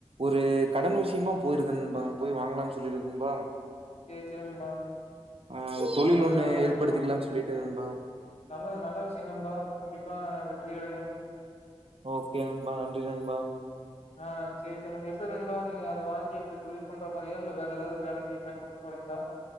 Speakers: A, on the right; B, on the left.
A: ஒரு கடன் விஷ்யமா போயிருக்க நண்பா போய் வாங்கலான் சொல்லிருக்கு நண்பா
B: சேர் சேர் நண்பா
A: ஆ தொழில்
B: நல்லது
A: ஒண்ணு
B: நல்லது
A: ஏற்படுத்திக்கலாம்னு
B: நண்பா
A: சொல்லிட்டு நண்பா.
B: நல்லது நல்ல விஷ்யம் நண்பா கண்டிப்பா வெற்றி அடையும்
A: ஓகே நண்பா நன்றி நண்பா
B: ஆ சேர் சேர் நண்பா எப்டி நண்பா நீங்க அத வாங்கி எப்டி தொழில் பண்ற மாரியா இல்ல வேற ஏதாவது வேலைக்கு பயன்படுத்த போறீங்களா